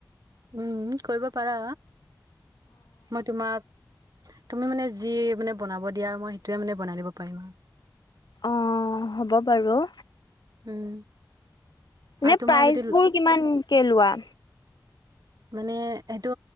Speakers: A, on the right (about 60°); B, on the left (about 80°).
A: উম কৰিব পাৰা মই তোমাক তুমি মানে যি মানে বনাব দিয়া মই সেইটোৱে মানে বনাই দিব পাৰিম আৰু
B: অঁ হ'ব বাৰু
A: উম
B: এনে
A: আৰু তোমাৰ
B: প্ৰাইজ
A: যদি
B: বোৰ কিমান কে লোৱা!
A: মানে সেইটো